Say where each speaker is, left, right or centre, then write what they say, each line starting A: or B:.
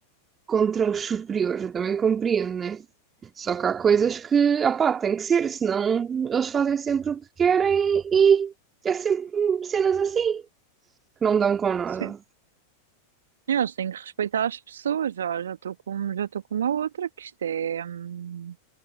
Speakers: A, on the right; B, on the right.
A: contra os superiores, eu também compreendo, né? Só que há coisas que, opá, tem que ser, senão eles fazem sempre o que querem e é sempre cenas assim, que não dão com nada.
B: sim, eu tenho que respeitar as pessoas, já já estou com, já estou com uma outra, que isto é, hum,